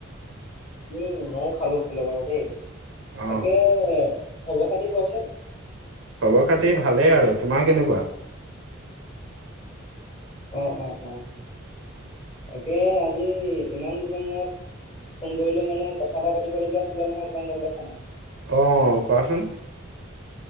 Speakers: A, on the left; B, on the right.
A: উমঁ, মইও খালো-খালো বাৰু দেই। তাকে,
B: অ
A: খবৰ-খাতি কোৱাচোন?
B: খবৰ-খাতি ভালেই আৰু। তোমাৰ কেনেকুৱা?
A: অঁহ', -অঁহ', - অঁহ', - তাকে আজি ইমান দিনৰ মূৰত- ফোন কৰিলো মানে কথা এটা পাতিলগীয়া আছিলে নহয় অকণমান, গম পাইছা নাই।
B: অঁ', কোৱাচোন?